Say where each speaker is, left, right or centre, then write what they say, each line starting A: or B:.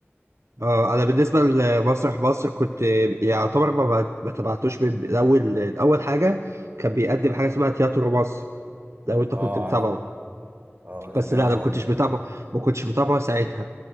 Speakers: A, on the right; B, on the right.
A: اه أنا بالنسبة لمسرح مصر كنت يعتبر ما بت- ما تبعتوش من الأول الأول حاجة كان بيقدم حاجة اسمها تياترو مصر لو أنت
B: اه
A: كنت متابعه
B: عارف اه زمان
A: بس لا
B: خالص
A: أنا ما كنتش متابعه
B: ده
A: ما كنتش متابعه ساعتها